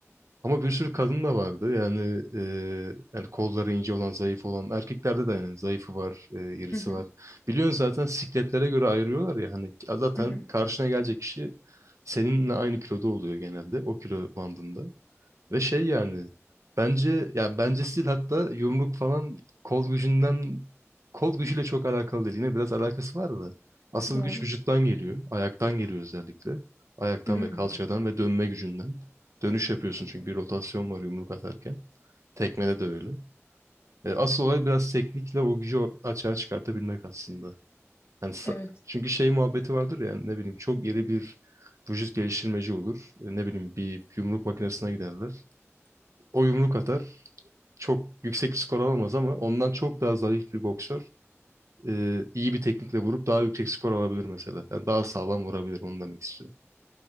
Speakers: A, on the right (about 75°); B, on the left (about 55°).
A: Ama bir sürü kadın da vardı. Yani e, yani kolları ince olan, zayıf olan. Erkeklerde de yani zayıfı var, e, irisi
B: Hı hı,
A: var. Biliyorsun zaten sikletlere göre ayırıyorlar ya. Hani zaten
B: hı hı.
A: karşına gelecek kişi seninle aynı kiloda oluyor genelde. O kilo bandında. Ve şey yani bence ya bence stil hatta yumruk falan kol gücünden kol gücüyle çok alakalı değil. Yine biraz alakası var da. Asıl
B: Doğru.
A: güç vücuttan geliyor. Ayaktan geliyor özellikle. Ayaktan
B: Hmm,
A: ve kalçadan ve dönme gücünden. Dönüş yapıyorsun çünkü bir rotasyon var yumruk atarken. Tekmede de öyle. E, asıl olay biraz teknikle o gücü o- açığa çıkartabilmek aslında. Yani sa-
B: evet.
A: çünkü şey muhabbeti vardır ya ne bileyim çok iri bir vücut geliştirmeci olur. E, Ne bileyim bir yumruk makinesine giderler. O yumruk atar çok yüksek skor alamaz ama ondan çok daha zayıf bir boksör e, iyi bir teknikle vurup daha yüksek skor alabilir mesela. Yani daha sağlam vurabilir onu demek istiyorum.